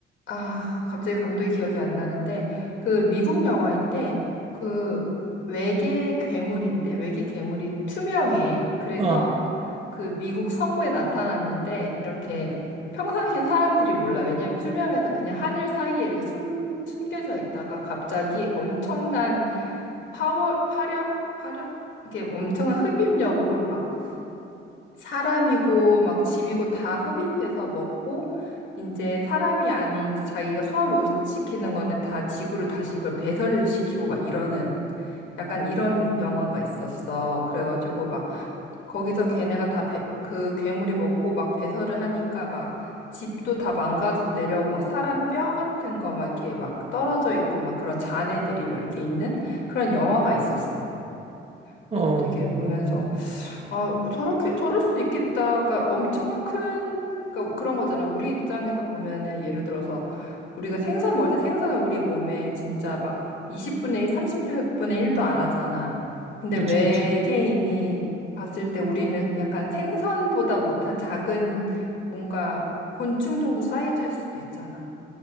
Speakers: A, on the left (about 70°); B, on the right (about 30°).
A: 아, 갑자기 감독이 기억이 안 나는데, 그 미국 영화인데, 그 외계 괴물인데, 외계 괴물이 투명해. 그래서
B: 어,
A: 그 미국 서부에 나타났는데, 이렇게 평상시 사람들이 몰라. 왜냐면 투명해서 그냥 하늘 사이에 이렇게 숨, 숨겨져 있다가 갑자기 엄청난 파워, 파력? 파력? 이렇게 엄청난 흡입력으로 막 사람이고 막 집이고 다 흡입해서 먹고 이제 사람이 아닌 이제 자기가 소화 못 시키는 거는 다 지구로 다시 그걸 배설시키고 막 이러는 약간 이런 영화가 있었어. 그래가지고 막 거기서 걔네가 다 그 괴물이 먹고 막 배설을 하니까 막 집도 다 망가져서 내려오고 막 사람 뼈 같은 거 막 이렇게 막 떨어져 있고 막 그런 잔해들이 막 이렇게 있는 그런 영화가 있었어.
B: 어, 어,
A: 어, 되게 보면서 아, 저렇게, 저럴 수 있겠다. 그러니까 엄청 큰, 그러니까 그런 거잖아. 우리 입장에서 보면은 예를 들어서 우리가 생선 먹을 때 생선은 우리 몸에 진짜 막 20분의 1, 30분의 1도 안 하잖아. 근데
B: 그치,
A: 외계인이
B: 그치.
A: 봤을 때 우리는 약간 생선보다 못한 작은 뭔가 곤충 정도 사이즈일 수도 있잖아.